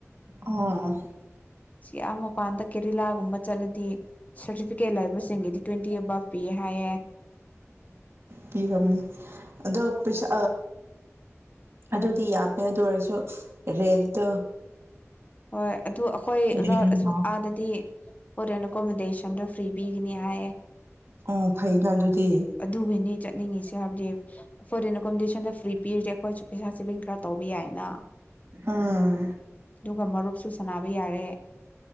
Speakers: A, on the right; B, on the left.
A: ꯑꯣ
B: ꯁꯤꯌꯥ ꯃꯄꯥꯟꯗ ꯀꯦꯔꯤ ꯂꯥ ꯨꯒꯨꯝꯕ ꯆꯠꯂꯗꯤ ꯁꯥꯔꯇꯤꯐꯤꯀꯦꯠ ꯂꯩꯕꯁꯤꯡꯒꯤꯗꯤ ꯇ꯭ꯋꯦꯟꯇꯤ ꯑꯕꯥꯞ ꯄꯤꯌꯦ ꯍꯥꯏꯌꯦ <inaudible>
A: ꯄꯤꯔꯝꯅꯦ ꯑꯗꯣ ꯄꯩꯁꯥ ꯑꯗꯨꯗꯤ ꯌꯥꯝꯃꯦ ꯑꯗꯨ ꯑꯣꯏꯔꯁꯨ ꯔꯦꯠꯇ
B: ꯍꯣꯏ ꯑꯗꯨ ꯑꯩꯈꯣꯏ
A: ꯔꯦꯟꯅ
B: ꯑꯣꯖꯥꯁꯨ ꯑꯥꯗꯗꯤ ꯐꯣꯔꯅ ꯑꯦꯀꯣꯃꯤꯣꯗꯦꯁꯟꯗ ꯐꯤꯔꯤꯕꯤ ꯀꯅꯤꯌꯥꯌꯦ
A: ꯑꯣ ꯐꯩꯅ ꯑꯗꯨꯗꯤ
B: ꯑꯗꯨꯒꯤꯅꯤ ꯆꯠꯅꯤꯡꯉꯤꯁꯦ ꯍꯥꯏꯕꯗꯤ ꯐꯣꯔ ꯀꯀꯣꯝꯄꯤꯗꯤꯁꯟꯗ ꯐ꯭ꯔꯤ ꯄꯤꯔꯤꯗꯦ ꯑꯩꯈꯣꯏꯁꯨ ꯄꯩꯁꯥ ꯁꯦꯚꯤꯡ ꯈꯔ ꯇꯧꯕ ꯌꯥꯏꯅ
A: ꯑꯥ
B: ꯑꯗꯨꯒ ꯃꯔꯨꯞꯁꯨ ꯁ ꯍꯥꯏꯕ ꯌꯥꯔꯦ